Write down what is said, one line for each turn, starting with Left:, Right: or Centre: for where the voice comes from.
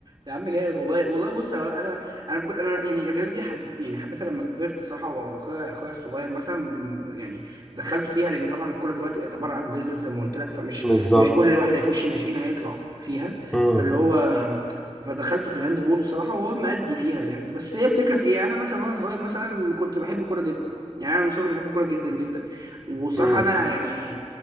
Right: يا عم جامد والله والله بص هو انا انا بكون انا يعني الرياضه دي حب يعني حبيتها لما كبرت صراحه واخويا اخويا الصغير مثلا يعني دخلته فيها لان طبعا الكوره دلوقتي بقت عباره عن بيزنس زي ما قلت لك فمش
Centre: بالظبط
Right: مش كل الواحد هيخش ناشئين هيطلع فيها
Centre: مم.
Right: فاللي هو فدخلته في الهاند بول الصراحه وهو مأدي فيها يعني بس هي الفكره في ايه انا مثلا وانا صغير مثلا كنت بحب الكوره جدا يعني انا من صغري بحب الكوره جدا جدا وصراحه
Centre: مم.
Right: انا يعني